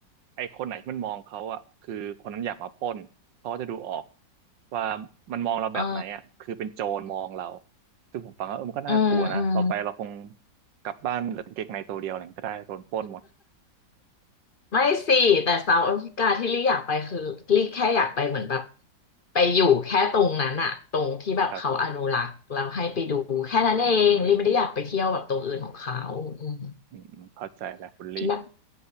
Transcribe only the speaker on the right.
ไอ้คนไหนที่มันมองเขาอ่ะคือคนนั้นอยากมาปล้นเขาก็จะดูออกว่ามันมองเราแบบไหนอ่ะคือเป็นโจรมองเรา
ซึ่งผมฟังแล้วเออมันก็น่ากลัวนะต่อไปเราคง
กลับบ้านเหลือกางเกงในตัวเดียวอะไรก็ได้โดนปล้นหมด
ครับผมอืมอืมอืมอเข้าใจแล้วคุณลี่